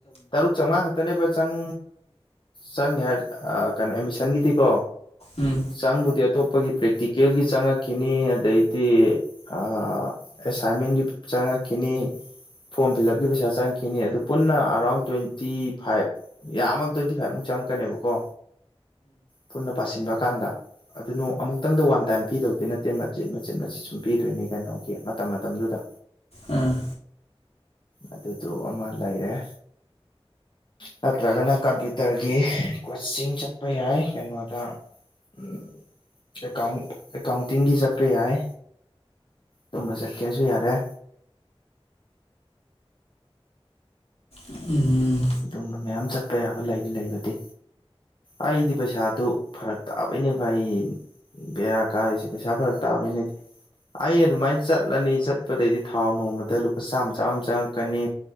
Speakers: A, on the left (about 55°); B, on the left (about 90°).
A: ꯇꯔꯨꯛ ꯆꯥꯝꯃꯉꯥ ꯈꯛꯇꯅꯦꯕ ꯆꯪ ꯆꯪꯅꯤ ꯍꯥꯏ ꯀꯩꯅꯣ ꯑꯦꯗꯃꯤꯁꯟꯒꯤꯗꯤꯀꯣ
B: ꯎꯝ
A: ꯆꯥꯡꯪꯕꯨꯗꯤ ꯑꯇꯣꯞꯄꯒꯤ ꯄ꯭ꯔꯦꯛꯇꯤꯀꯦꯜꯒꯤ ꯆꯪꯉꯛꯈꯤꯅꯤ ꯑꯗꯩꯗꯤ ꯑꯦꯁꯥꯏꯟꯃꯦꯟꯒꯤ ꯆꯪꯉꯛꯈꯤꯅꯤ ꯐꯣꯔꯝ ꯐꯤꯜꯞꯀꯤ ꯄꯩꯁꯥ ꯆꯪꯈꯤꯅꯤ ꯑꯗꯨ ꯄꯨꯟꯅ ꯑꯔꯥꯎꯟ ꯇ꯭ꯋꯦꯟꯇꯤ ꯐꯥꯏꯚ ꯌꯥꯝꯃ ꯇ꯭ꯋꯦꯟꯇꯤ ꯐꯥꯏꯚꯃꯨꯛ ꯆꯪꯉꯛꯀꯅꯦꯕꯀꯣ ꯄꯨꯟꯅ ꯄꯥꯁꯤꯟꯕ ꯀꯥꯟꯗ ꯑꯗꯨꯣ ꯑꯃꯨꯛꯇꯪꯗ ꯋꯥꯟ ꯇꯥꯏꯝ ꯄꯤꯗꯧꯗꯤꯣꯏ ꯅꯠꯇꯦ ꯃꯆꯦꯠ ꯃꯆꯦꯠ ꯃꯆꯦꯠ ꯁꯨꯝ ꯄꯤꯗꯣꯏꯅꯦ ꯀꯩꯅꯣꯒꯤ ꯃꯇꯝ ꯃꯇꯝꯗꯨꯗ
B: ꯎꯝ
A: ꯑꯗꯨꯗꯣ ꯑꯃ ꯂꯩꯔꯦ ꯅꯠꯇ꯭ꯔꯒꯅ ꯀꯝꯄ꯭ꯌꯨꯇꯔꯒꯤ ꯀꯣꯆꯤꯡ ꯆꯠꯄ ꯌꯥꯏ ꯀꯩꯅꯣꯗ ꯎꯝ ꯑꯦꯀ ꯑꯦꯀꯥꯎꯟꯇꯤꯡꯒꯤ ꯆꯠꯄ ꯌꯥꯏ ꯇꯨꯝꯕ ꯆꯠꯀꯦꯁꯨ ꯌꯥꯔꯦ
B: ꯑꯗꯨꯝ ꯑꯩ ꯑꯗꯨꯃꯥꯏꯅ
A: ꯑꯗꯨꯝꯕ ꯃꯌꯥꯝ ꯆꯠꯄ ꯌꯥꯕ ꯂꯩ ꯂꯩꯕꯗꯤ ꯑꯩꯗꯤ ꯄꯩꯁꯥꯗꯨ ꯐꯔꯛ ꯇꯥꯕꯩꯅꯦꯕ ꯑꯩ ꯕꯦꯔꯥꯛ ꯀꯥꯔꯔꯤꯁꯤ ꯄꯩꯁꯥ ꯐꯔꯛ ꯇ ꯅꯗꯤꯦ ꯑꯩ ꯑꯗꯨꯃꯥꯏꯅ ꯆꯠꯂꯅꯤ ꯆꯠꯄꯗꯩꯗꯤ ꯊꯥꯎ ꯅꯣꯡꯃꯗ ꯂꯨꯄꯥ ꯆꯥꯝꯃ ꯆꯥꯝꯃ ꯑꯃ ꯆꯪꯉꯛꯀꯅꯤ